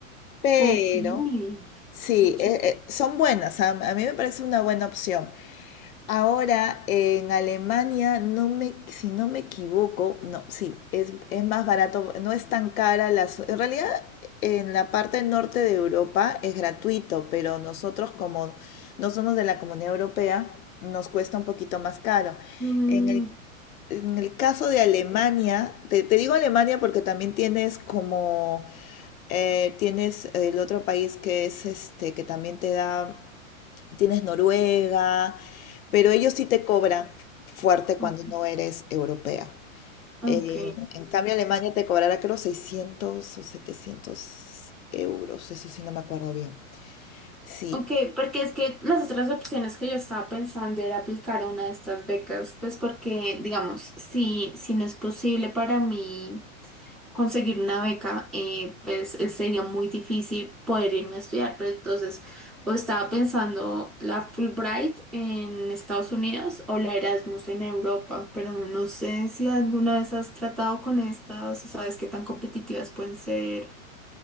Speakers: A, on the left; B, in the centre.
A: Pero
B: Ok.
A: sí,
B: Está chulo.
A: eh, eh, son buenas, a, a mí me parece una buena opción. Ahora en Alemania, no me, si no me equivoco, no, sí, es, es más barato, no es tan cara la... su- En realidad, en la parte norte de Europa es gratuito, pero nosotros como no somos de la Comunidad Europea, nos cuesta un poquito más caro.
B: Mm,
A: En el, en el caso de Alemania, te, te digo Alemania porque también tienes como eh, tienes el otro país que es este, que también te da, tienes Noruega, pero ellos sí te cobran fuerte cuando
B: ok.
A: no eres europea.
B: ok.
A: Eh, en cambio, Alemania te cobrará creo 600 o 700 euros, eso sí no me acuerdo bien. Sí,
B: Ok, porque es que las otras opciones que yo estaba pensando era aplicar a una de estas becas, pues porque, digamos, si, si no es posible para mí conseguir una beca, eh, pues eh, sería muy difícil poder irme a estudiar, pero entonces o estaba pensando la Fulbright en Estados Unidos o la Erasmus en Europa, pero no sé si alguna vez has tratado con estas o sabes qué tan competitivas pueden ser.